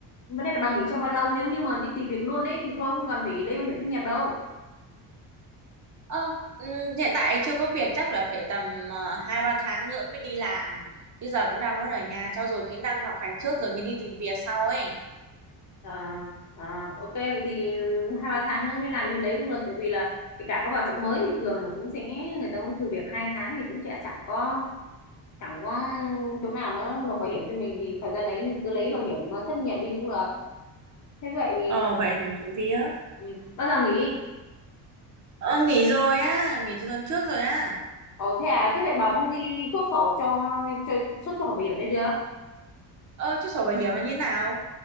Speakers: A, on the left; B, on the right.
A: vấn đề là bà nghỉ trong bao lâu nếu như mà đi tìm việc luôn ấy thì thôi không cần phải lấy bảo hiểm thất nghiệp đâu
B: Ờ, ừm, hiện tại chưa có việc chắc là phải tầm ờ, hai ba tháng nữa mới đi làm chứ giờ cũng đang muốn ở nhà trau dồi kỹ năng học hành trước rồi mới đi tìm việc sau ấy
A: à, à, ok vậy thì hai ba tháng nữa mới làm thì lấy cũng được tại vì là kể cả có vào chỗ mới thì thường là cũng sẽ người ta cũng thử việc hai tháng thì cũng sẽ chẳng có chẳng có chỗ nào nó nộp bảo hiểm cho mình thì thời gian đấy mình cứ lấy bảo hiểm thất nghiệp đi cũng được thế vậy
B: ờ vậy thì trộm vía
A: Ừ. Bao giờ nghỉ?
B: ờ, nghỉ rồi á nghỉ từ tuần trước rồi á
A: Ồ thế à, thế vậy bảo công ty chốt sổ cho, cho chốt sổ bảo hiểm đấy chưa?
B: ờ chút sổ bảo hiểm nó như thế nào